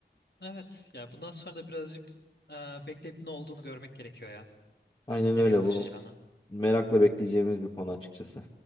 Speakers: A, on the left; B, on the left.
A: Evet ya bundan sonra da birazcık e, bekleyip ne olduğunu görmek gerekiyor ya.
B: Aynen
A: Nereye
B: öyle
A: ulaşacağına.
B: bu merakla bekleyeceğimiz bir konu açıkçası.